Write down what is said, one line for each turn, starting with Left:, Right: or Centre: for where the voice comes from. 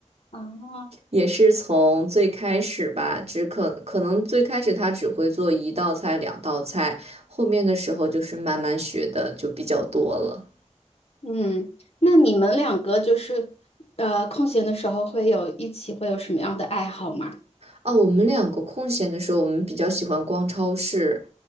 Left: 啊，
Right: 也是从最开始吧，只可可能最开始他只会做一道菜、两道菜，后面的时候就是慢慢学的就比较多了。
Left: <laughs> 嗯，那你们两个就是呃空闲的时候会有一起会有什么样的爱好吗？
Right: 啊，我们两个空闲的时候，我们比较喜欢逛超市，